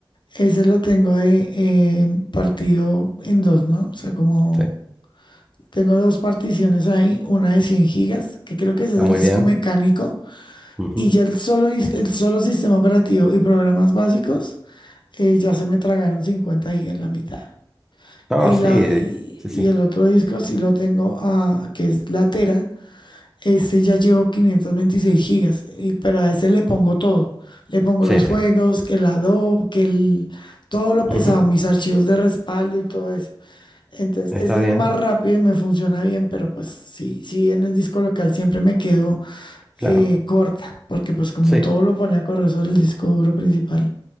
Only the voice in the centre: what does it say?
Sí,
está
muy
bien.
Ujú.
No,
sí,
sí, sí,
sí,
sí.
Ujú,
Está
bien.
Claro,
sí,